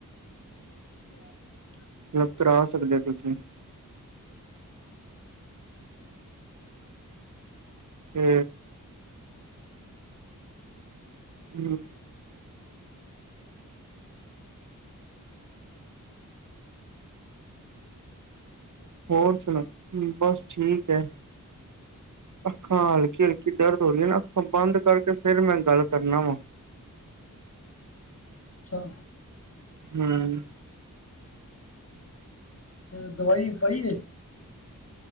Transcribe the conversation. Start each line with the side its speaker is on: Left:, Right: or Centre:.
Left: <unintelligible>
Right: ਮਤਲਬ ਕਰਾ ਸਕਦੇ ਹੋ ਤੁਸੀਂ ਤੇ ਹਮ। ਹੋਰ ਸੁਣਾ, ਬਸ ਠੀਕ ਹੈ। ਅੱਖਾਂ ਹਲਕੀ ਹਲਕੀ ਦਰਦ ਹੋ ਰਹੀਆਂ ਨਾ, ਅੱਖਾਂ ਬੰਦ ਕਰਕੇ ਫੇਰ ਮੈਂ ਗੱਲ ਕਰਨਾ ਵਾ।
Left: ਅੱਛਾ।
Right: ਹਮ।
Left: ਤੇ ਦਵਾਈ ਪਾਈ ਏ?